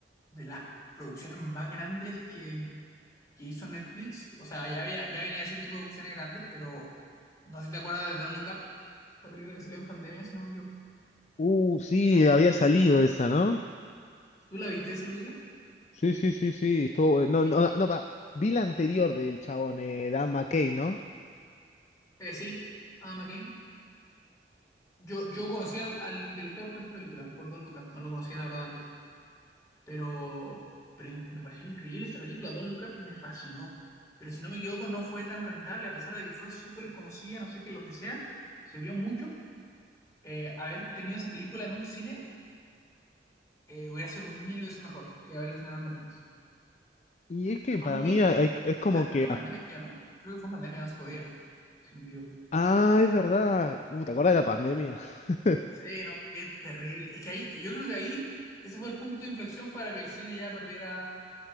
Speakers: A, on the left; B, on the left.
A: de las producciones más grandes que, que hizo Netflix, o sea, ya había, ya venía haciendo producciones grandes, pero no sé si te acuerdas de Don't Look Up, esa película que salió en pandemia, si no me equivoco.
B: Uh, sí,
A: Eh,
B: había salido esa, ¿no?
A: ¿Tú la viste esa película?
B: Sí, sí, sí, sí. Estuvo, bueno.
A: A mí,
B: no, no, no, pa, vi la anterior del chabón, eh, Dan McKay, ¿no?
A: Eh, sí, Adam McKay. Yo, yo conocí al, al director por esta película, por Don Look Up. No lo conocía, la verdad, antes. Pero, pero in- me pareció increíble esta película. Don Look Up me fascinó. Pero si no me equivoco, no fue tan rentable, a pesar de que fue súper conocida, no sé qué, lo que sea. Se vio mucho. Eh, haber tenido esa película en un cine eh, hubiera sido mil veces mejor que haberla estrenado en Netflix.
B: Y es que
A: Aunque
B: para mí hay- es como
A: fue en, pande-
B: que...
A: fue en pandemia, sí, ¿o ¿no? Creo que fue en pandemia, no se podía, si no me equivoco.
B: Ah, es verdad. Uh, ¿te acuerdas de la pandemia? <laughs>
A: Sí, no, qué terrible. Es que ahí, yo creo que ahí, ese fue el punto de inflexión para que el cine ya perdiera,